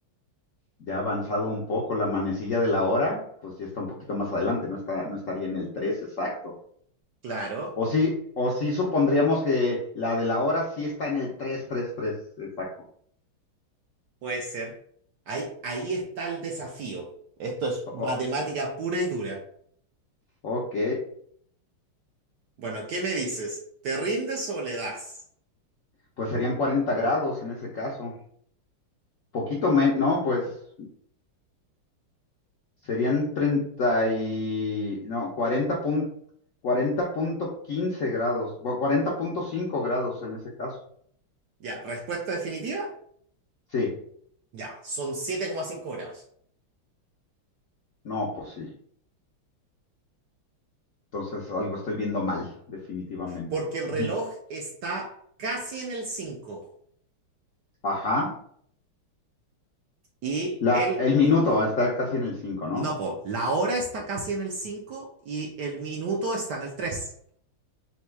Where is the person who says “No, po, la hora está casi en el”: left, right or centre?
Right